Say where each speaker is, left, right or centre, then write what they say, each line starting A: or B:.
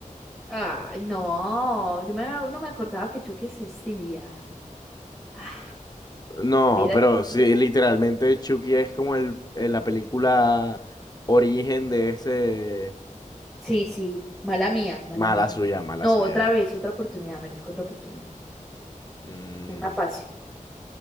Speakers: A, in the centre; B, on the left (about 30°).
A: Ay, no, yo me- no me acordaba que Chucky existía. Ah,
B: No,
A: hubiera
B: pero
A: hecho más
B: sí,
A: preguntas.
B: literalmente Chucky es como el, eh, la película origen de ese...
A: Sí, sí, mala mía, mala
B: Mala
A: mía.
B: suya, mala
A: No,
B: suya.
A: otra vez, otra oportunidad, merezco otra oportunidad.
B: Mm,
A: Una fácil.